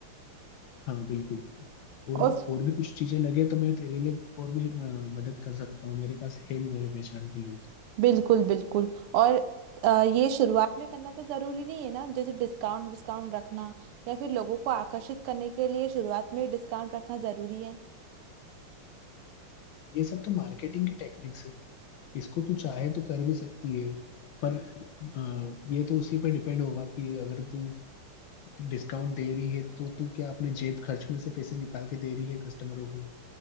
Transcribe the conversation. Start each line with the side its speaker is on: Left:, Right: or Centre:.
Left: हाँ बिल्कुल और
Right: और
Left: और भी कुछ चीजें लगे तो मैं तेरे लिए और भी अ, मदद कर सकता हूँ मेरे पास है मेरे पहचान के लोग
Right: बिल्कुल बिल्कुल और अ, ये शुरुआत में करना तो जरूरी नहीं है ना जैसे डिस्काउंट डिस्काउंट रखना या फिर लोगों को आकर्षित करने के लिए शुरुआत में डिस्काउंट रखना जरूरी है
Left: ये सब तो मार्केटिंग की टेक्निक्स है इसको तू चाहे तो कर भी सकती है पर अ, ये तो उसी पर डिपेंड होगा कि अगर तू डिस्काउंट दे रही है तो तू क्या अपने जेब खर्च में से पैसे निकाल के दे रही है कस्टमरों को